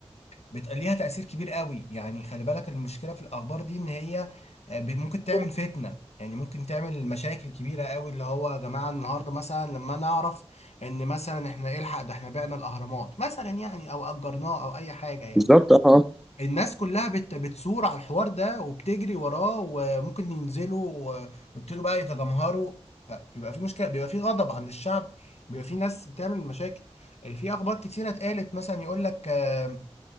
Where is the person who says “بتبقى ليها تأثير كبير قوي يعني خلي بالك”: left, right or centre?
Left